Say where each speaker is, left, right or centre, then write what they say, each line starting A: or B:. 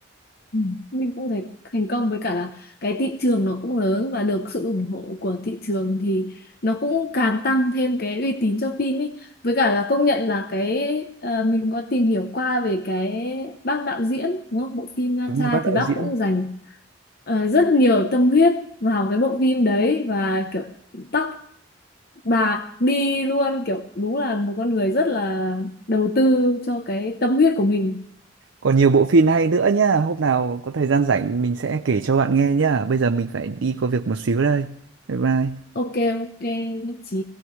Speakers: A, on the left; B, on the right.
A: Ừ. Mình cũng thấy thành công với cả là cái thị trường nó cũng lớn và được sự ủng hộ của thị trường thì nó cũng càng tăng thêm cái uy tín cho phim ý. Với cả là công nhận là cái ờ, mình có tìm hiểu qua về cái bác đạo diễn đúng không? Bộ phim Nha
B: Đúng
A: Tra
B: rồi, bác đạo
A: thì bác
B: diễn.
A: cũng dành ờ, rất nhiều tâm huyết vào cái bộ phim đấy và kiểu tóc bạc đi luôn kiểu đúng là một con người rất là đầu tư cho cái tâm huyết của mình.
B: Còn nhiều bộ phim hay nữa nhá. Hôm nào có thời gian rảnh mình sẽ kể cho bạn nghe nhá. Bây giờ mình phải đi có việc một xíu đây. Bye bye.
A: Ok ok nhất trí.